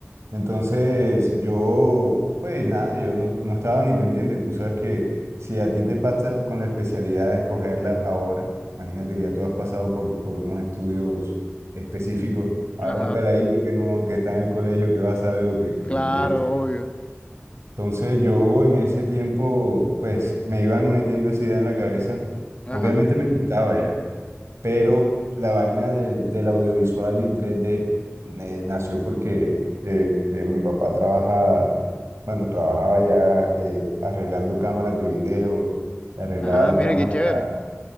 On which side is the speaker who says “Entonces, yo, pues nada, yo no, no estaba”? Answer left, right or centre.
Right